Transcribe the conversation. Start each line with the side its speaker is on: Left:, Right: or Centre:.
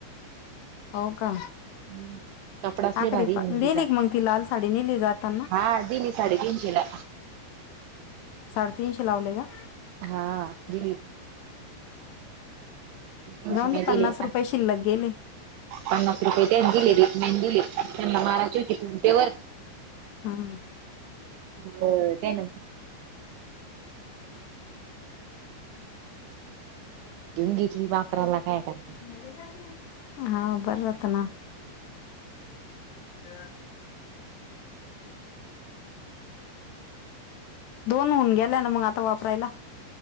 Left: हो का
Right: हम्म कपडाच
Left: आखरी
Right: लय भारीय
Left: पा
Right: म्हणे
Left: नेली
Right: तिचा,
Left: का मग ती लाल साडी नेली जाताना
Right: हा दिली साडेतीनशे ला.
Left: साडेतीनशे लावले का.
Right: हा दिली. तीनशे
Left: जाऊ
Right: मी
Left: दे
Right: दिले
Left: पन्नास रुपये शिल्लक गेले.
Right: पन्नास रुपये ते दिले, रेटमध्ये दिले त्यांना माराचे होते फोन पे वर
Left: हां.
Right: हो, त्यांनी घेऊन घेतली बापराला काय काय.
Left: <unintelligible> हां बर होत ना. <unintelligible> दोन होऊन गेल्या ना मग आता वापरायला.